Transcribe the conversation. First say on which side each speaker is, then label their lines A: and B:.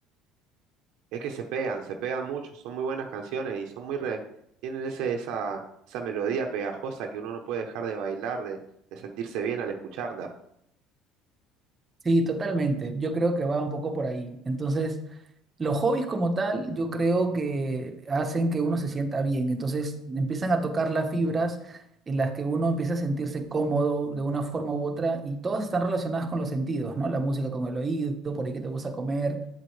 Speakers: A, on the right; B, on the right.
A: Es que se pegan, se pegan mucho, son muy buenas canciones y son muy re- tienen ese, esa, esa melodía pegajosa que uno no puede dejar de bailar, de, de sentirse bien al escucharla.
B: Sí, totalmente. Yo creo que va un poco por ahí. Entonces... Los hobbies como tal, yo creo que hacen que uno se sienta bien. Entonces empiezan a tocar las fibras en las que uno empieza a sentirse cómodo de una forma u otra y todas están relacionadas con los sentidos, ¿no? La música con el oído, por ahí que te gusta comer,